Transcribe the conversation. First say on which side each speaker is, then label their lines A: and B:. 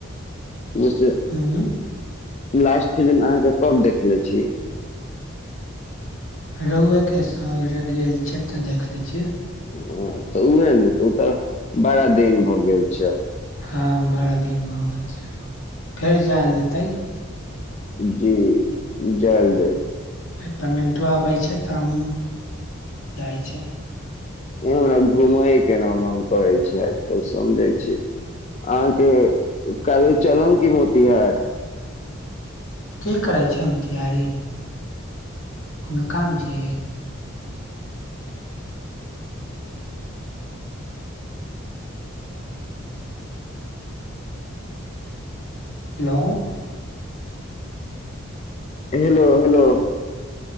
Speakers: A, on the left (about 35°); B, on the left (about 80°).
A: ओ से
B: हम्म
A: लास्ट फिलिम अहाँके कब देखनेे छी।
B: रोहुए के सा जे गेल छै तऽ देख ले छी।
A: ह तऽ उएहे ने तऽ ओ तऽ बारा दिन भऽ गेल छै।
B: हँ बारा दिनमे हो गेल छै फेर जयल जेतै।
A: जी जयदव
B: पेमेंटो आबै छै तऽ जाइ छै।
A: हमरा घुमै केना मन करै छै आज तल समझै छी अहाँके कालू चलम क मोतिहारी।
B: की करै छै ओ तैयारी। कोनो काम छै। हेलो।
A: Hello hello.